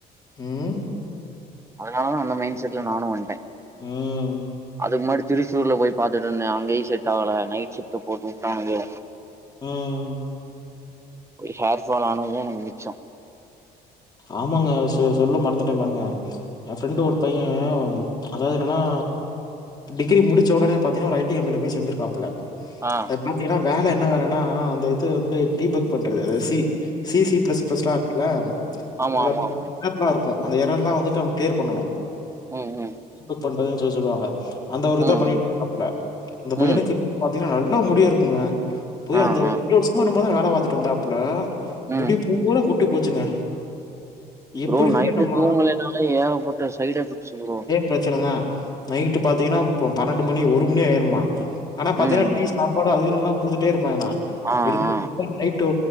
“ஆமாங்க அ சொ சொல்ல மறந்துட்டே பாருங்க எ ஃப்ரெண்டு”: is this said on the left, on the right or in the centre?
Left